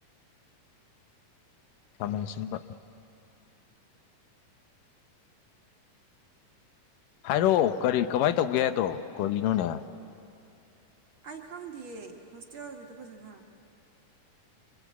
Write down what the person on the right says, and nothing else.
ꯑꯩ ꯈꯪꯗꯦꯌꯦ ꯍꯣꯁꯇꯦꯜꯒꯤꯗꯣ ꯐꯖꯅ